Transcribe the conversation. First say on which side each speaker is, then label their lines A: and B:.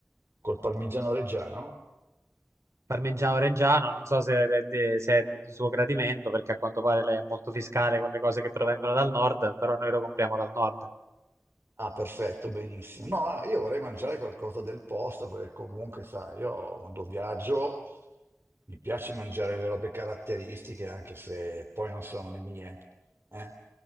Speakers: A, on the right (about 55°); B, on the right (about 70°).
A: Col parmigiano reggiano?
B: Parmigiano Reggiano, non so se è, de- se è di suo gradimento, perché a quanto pare lei è molto fiscale con le cose che provengono dal nord, però noi lo compriamo dal nord.
A: Ah, perfetto, benissimo. No, ah, io vorrei mangiare qualcosa del posto perché comunque, sai, io quando viaggio mi piace mangiare le robe caratteristiche, anche se poi non sono le mie. eh.